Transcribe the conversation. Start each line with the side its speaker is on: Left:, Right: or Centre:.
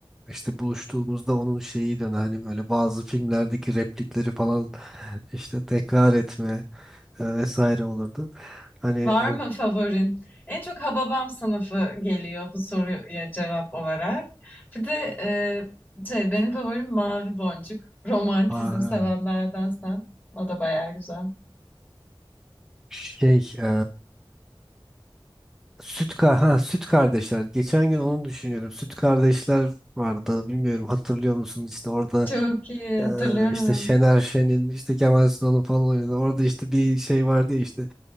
Centre: işte buluştuğumuzda onun şeyi dön hani böyle bazı filmlerdeki replikleri falan <laughs> işte tekrar etme e, vesaire olurdu. Hani e,
Left: Var mı favorin? En çok Hababam sınıfı geliyor bu soruya cevap olarak. Bir de e, şey, benim favorim Mavi Boncuk. Romantizm
Centre: aa,
Left: sevenlerden sen. O da bayağı güzel.
Centre: şey e, süt ka ha, süt kardeşler geçen gün onu düşünüyorum süt kardeşler vardı bilmiyorum hatırlıyor musun işte orada
Left: Çok iyi
Centre: e,
Left: hatırlıyorum.
Centre: işte Şener Şen'in işte Kemal Sunal'ın falan oynadı orada işte bir şey vardı ya işte